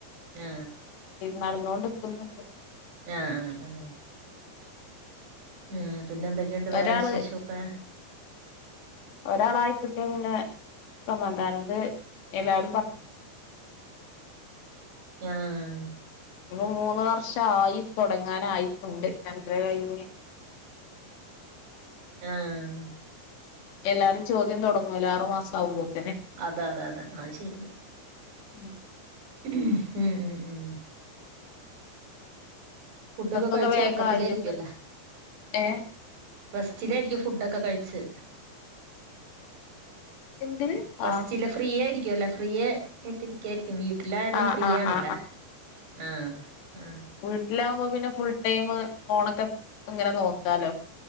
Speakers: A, on the right (about 90°); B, on the left (about 80°).
A: ആ
B: നടന്നോണ്ടിക്കുന്നുണ്ട്
A: ആഹ്‌ ആഹ്‌ ആ മ്മ് പിന്നെ എന്തൊക്കെയുണ്ട് വേറെ
B: ഒരാള്
A: വിശേഷമൊക്കെ
B: ഒരാളായിക്കിട്ടിയ പിന്നെ സമാധാനത് ഇത് എല്ലാവരും പറ
A: ആഹ്
B: ഇപ്പ മൂന്ന് വർഷ ആയി തുടങ്ങാനായിട്ടുണ്ട് രണ്ടര കഴിഞ്ഞ്
A: ആഹ്
B: എല്ലാരും ചോദ്യം തൊടങ്ങൂലോ ആറുമാസം ആകുമ്പോത്തന്നെ
A: അതാണ് അതെ അതെ അഹ് ശെരി
B: <inaudible>
A: ഉം ഉം ഉം ഫുഡൊക്കെ
B: ങ്ങക്കൊക്കെ
A: കഴിച്ചു
B: വേഗം
A: ഉറക്കത്തിലായിരിക്കുല്ലെ
B: ആയിനത് ഏ
A: റെസ്റ്റിലായിരിക്കും ഫുഡൊക്കെ കഴിച്ച്
B: എന്തില്
A: റസ്റ്റില്ല
B: ആ
A: ഫ്രീയയിരിക്കുവല്ലെ ഫ്രീയ കേട്ടിരിക്കായിരിക്കും വീട്ടിലാരണം
B: ആ
A: ഫ്രീ
B: ആ
A: ആണല്ലേ
B: ആ
A: ആ ആ
B: വീട്ടിലാകുമ്പോ പിന്നെ ഫുൾ ടൈം ഫോണൊക്കെ ഇങ്ങനെ നോക്കാലോ.